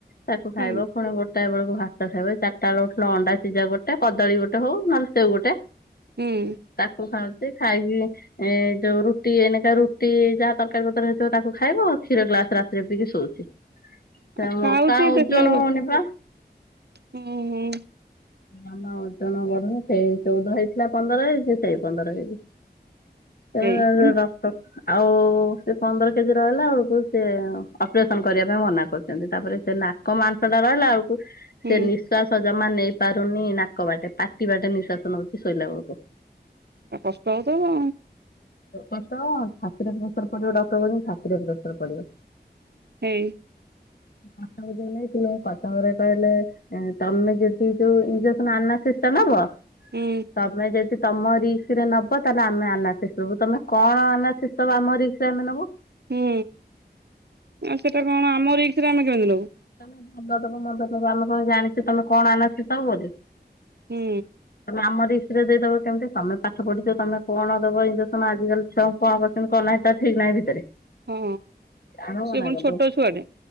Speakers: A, on the left; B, on the right.
A: ତାକୁ ଖାଇବ
B: ହୁଁ
A: ପୁଣି ଗୋଟାଏ ବେଳକୁ ଭାତ ଖାଇବେ ଚାରିଟା ବେଳକୁ ଫୁଣି ଅଣ୍ଡା ସିଝା ଗୋଟେ କଦଳୀ ଗୋଟେ ହଉ ନହେଲେ ସେଉ ଗୋଟେ
B: ହୁଁ
A: ତାକୁ ଖାଉଚି ସେ ଖାଇକି ଏ ଯୋଉ ରୁଟି ଏନିକା ରୁଟି ଯାହା ତରକାରୀ ପତ୍ରର ହେଲେ ତ ତାକୁ ଖାଇବ କ୍ଷୀର ଗ୍ଲାସ ରାତିରେ ପିକି ଶୋଉଚି। ସେ
B: ଆଉ
A: ମ
B: ଖାଉଛି
A: କା ଓଜନ
B: ଦେଖିଲା ବେଳକୁ
A: ହଉନି ପା
B: ହୁଁ ହୁଁ
A: ଆମେ ଓଜନ କଲୁ ସେଇ ଚଉଦ ହେଇଥିଲା ପନ୍ଦର କେଜି ସେଇ ପନ୍ଦର କେଜି। ସେ
B: ହେଇ ହୁଁ
A: ଡକ୍ଟର ଆଉ ସେ ପନ୍ଦର କେଜି ରହିଲା ବେଳକୁ ସେ ଅପରେସନ କରିବା ପାଇଁ ମନା କରୁଛନ୍ତି ତାପରେ ସେ ନାକ ମାଂସ ଟା ରହିଲା ଆଳକୁ ସେ
B: ହୁଁ
A: ନିଶ୍ୱାଶ ଜମା ନେଇ ପାରୁନି ନାକ ବାଟେ ପାଟି ବାଟେ ନିଶ୍ୱାସ ନୋଉଚି ଶୋଇଲା ବେଳକୁ।
B: କଷ୍ଟ ହଉଥବ
A: କଷ୍ଟ ହବ ଛାତିରେ ପ୍ରେସର ପଡିବ ଡକ୍ଟର କହିଛନ୍ତି ଛାତିରେ ପ୍ରେସର ପଡିବ।
B: ହେଇ
A: କଟକ ଯାଏ ନେଇଥିଲୁ କଟକରେ କହିଲେ ତମେ ଯ ସେ ଯୋଉ ଇଞ୍ଜେକ୍ସନ ଆନାସିଷ୍ଟନ ନବ
B: ହୁଁ
A: ତମେ ଯଦି ତମ ରିକ୍ସ ରେ ନବ ତାହେଲେ ଆମେ ଆନାସିଷ ନବୁ ତମେ କଣ ଆନାସିଷ ଦବ ଆମ ରିକ୍ସ ରେ ଆମେ ନବୁ
B: ହୁଁ ଆଉ ସେଟା କଣ ଆମ ରିକ୍ସରେ ଆମେ କେମିତି ନବୁ
A: ତମେ ଭଲ ଦେବ ମ ତବ ଆମେ କଣ ଜାଣିଛୁ ତମେ କଣ ଆନାସିସ୍ ଦବ ବୋଲି
B: ହୁଁ
A: ତମେ ଆମ ରିକ୍ସରେ ଦେଇଦବ କେମତି ତମେ ପାଠ ପଢିଛ ତମେ କଣ ଦବ ଇଞ୍ଜେକ୍ସନ ଆଜାକାଲି ଛୁଆଙ୍କୁ କଣ କରିଚନ୍ତି କଣ ନାହିଁ ତା ଠିକ୍ ନାହିଁ ଭିତରେ।
B: ହଁ
A: ଆମେ ମନା
B: ସେ ପୁଣି
A: କରିଦଉ
B: ଛୋଟ ଛୁଆଟେ।